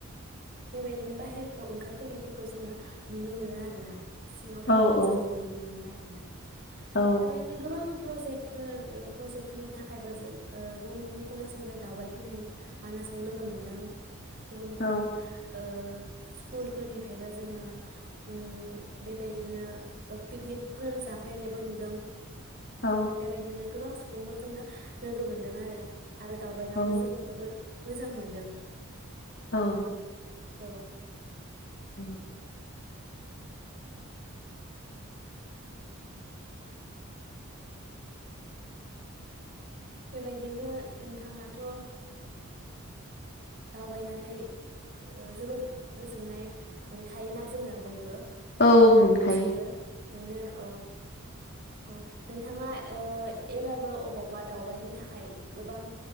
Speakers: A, on the right (about 45°); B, on the left (about 50°).
A: बेबायदिनो बाहेरफोराव ओंखारफैनायफोरखौ जोङो नुनो मोनो आरो ना। सिङाव
B: औ
A: थानायखौ
B: औ
A: जों नुनो मोननो ना गिरा
B: औ
A: बेबायदिनो गोबां प्रजेक्टफोर ओ प्रजेक्टफोरनि थाखायबो जों ओ गुबुन गुबुन कलेज निफ्राय दावबाय फैनाय मानासाव लोगो मोनदों। गुबुन गुबुन
B: औ
A: ओ स्कुलफोरनिफ्रायबो जोङो उम बेबायदिनो ओ पिकनिकफोर जाफैनायबो नुदों।
B: औ
A: बेबायदिनो गोबां सु बुंफोरजोंनो लोगो मोनदों आरो। आरो दावबायनाबो
B: औ
A: जों जोबोर मोजां मोनदों
B: औ
A: औ
B: उम
A: बेबायदिनो नोंथाङाथ' ओ दावबायनानै ओ जोबोर गोजोननाय मोनखायोना जोङो बय बो
B: औ मोनखायो
A: गासिबो मोनो औ। अ नोंथाङा ओ एबारबो अबावबा दावबायनो थाखाय गोबां